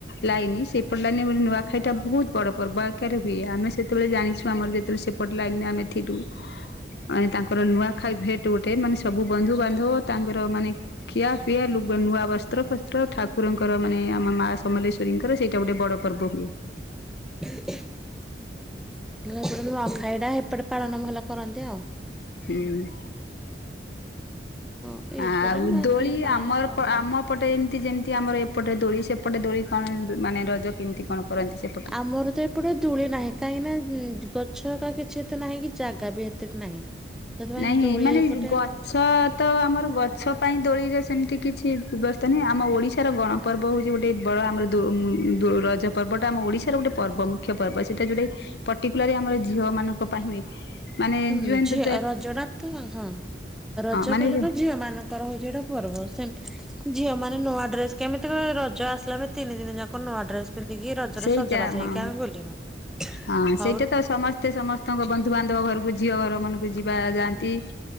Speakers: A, on the left; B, in the centre.
A: ଲାଇନି ସେଇପଟ ଲାଇନରେ <unintelligible> ନୂଆଖାଇଟା ବୋହୁତ୍ ବଡ ପର୍ବ ଆକାରରେ ହୁଏ ଆମେ ସେତେବେଳେ ଜାଣିଛୁ ଆମର ଯେତେବେଳେ ସେ ପଟ ଲାଇନରେ ଆମେ ଥିଲୁ। ଅ ଏ ତାଙ୍କର ନୂଆଖାଇ ଭେଟ୍ ଗୋଟେ ମାନେ ସବୁ ବନ୍ଧୁବାନ୍ଧବ ତାଙ୍କର ମାନେ ଖିଆ ପିଆ ଲୁଗା ନୂଆ ବସ୍ତ୍ର ଫସ୍ତ୍ର ଠାକୁରଙ୍କର ମାନେ ଆମ ମାଆ ସମଲେଶ୍ଵରୀଙ୍କର ସେଇଟା ଗୋଟେ ବଡ ପର୍ବ ହୁଏ।
B: ହେଲେ ଏପଟ ନୂଆଖାଇଟା ହେପଟେ ପାଳନ ଭଲ କରନ୍ତି ଆଉ।
A: ହୁଁ।
B: ହଁ ଏପଟେ
A: ଆଉ
B: ନୂଆଖାଇ
A: ଦୋଳି
B: ପାଳନ
A: ଆମର
B: କରନ୍ତି।
A: ପ ଆମ ଏପଟେ ଏମତି ଯେମତି ଆମର ଏପଟେ ଦୋଳି ସେପଟେ ଦୋଳି କଣ ଏ ମାନେ ରଜ କେମିତି କଣ କରନ୍ତି ସେ
B: ଆମର ତ ଏ ଏପଟେ ଦୂଳି ନାହିଁ କାହିଁକିନା ଉଁ ଜ ଗଛ ହେକା କିଛି ଏତେ ନାହିଁ କି ଜାଗା ବି ଏତେ ନାହିଁ। ସେଥିପାଇଁ
A: ନାହିଁ
B: ଦୋଳି
A: ମାନେ
B: ଏଇପଟେ
A: ଯୋଉ ଗ ଛ ତ ଆମର ଗଛ ପାଇଁ ଦୋଳିର ସେମତି କିଛି ବ୍ୟବସ୍ଥା ନାହିଁ ଆମ ଓଡିଶାର ଗଣ ପର୍ବ ହୋଉଚି ଗୋଟେ ବଡ ଆମର ଦୋ ଉଁ ଦୋ ରଜ ପର୍ବଟା ଆମ ଓଡିଶାର ଗୋଟେ ପର୍ବ ମୁଖ୍ୟ ପର୍ବ ସେଇଟା ଯୋଉଟାକି ପର୍ଟିକୁଲାରି ଆମର ଝିଅମାନଙ୍କ ପାଇଁ ବି ମାନେ
B: ହୁଁ
A: ଯୋଉ ଏମତି
B: ରଜଟା ତ ହଁ ରଜ
A: ମାନେ
B: କହିଲେ
A: ହଁ
B: ତ ଝିଅ ମାନ ତାର ହୋଉଚି ଏଇଟା ପର୍ବ ସେମ ଝିଅମାନେ ନୂଆ ଡ୍ରେସ କେମିତି କଏ ରଜ ଆସିଲା ଆମେ ତିନିଦିନି ଯା କ ନୂଆଡ୍ରେସ ପିନ୍ଧିକି ରଜରେ
A: ସେଇଟା
B: ସଜବାଜ
A: ହଁ
B: ହେଇକି ଆମେ ବୁଲିବା।
A: ହଁ
B: ହଉ
A: ସେଇଟା ତ ସମସ୍ତେ ସମସ୍ତଙ୍କ ବନ୍ଧୁବାନ୍ଧବ ଘରକୁ ଝିଅଘର ମାନଙ୍କୁ ଯିବା ଯାଆନ୍ତି।